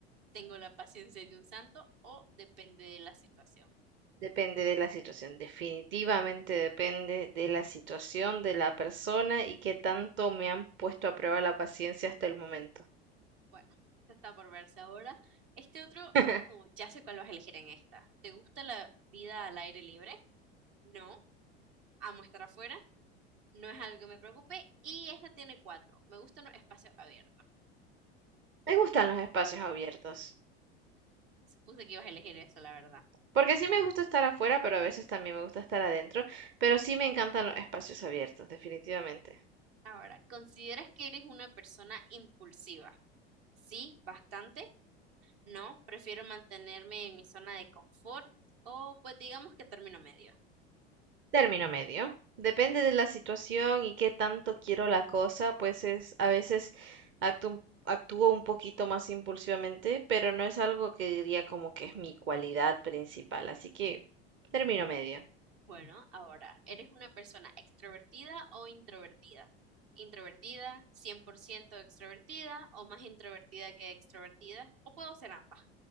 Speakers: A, on the right; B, on the right.
A: ¿Tengo la paciencia de un santo o depende de la situación?
B: Depende de la situación, definitivamente depende de la situación de la persona y qué tanto me han puesto a prueba la paciencia hasta el momento.
A: Bueno, esta está por verse ahora. Este otro,
B: <laughs>
A: uh, ya sé cuál vas a elegir en esta. ¿Te gusta la vida al aire libre? No, amo estar afuera. No es algo que me preocupe. Y esta tiene cuatro. Me gustan los espacios abiertos.
B: Me gustan los espacios abiertos,
A: Supuse que ibas a elegir eso, la verdad.
B: porque sí me gusta estar afuera, pero a veces también me gusta estar adentro, pero sí me encantan los espacios abiertos, definitivamente.
A: Ahora, ¿consideras que eres una persona impulsiva? Sí, bastante. No, prefiero mantenerme en mi zona de confort o pues digamos que término medio.
B: Término medio. Depende de la situación y qué tanto quiero la cosa, pues es a veces actú- actúo un poquito más impulsivamente, pero no es algo que diría como que es mi cualidad principal, así que término medio.
A: Bueno, ahora, ¿eres una persona extrovertida o introvertida? Introvertida, 100% extrovertida o más introvertida que extrovertida, o puedo ser ambas.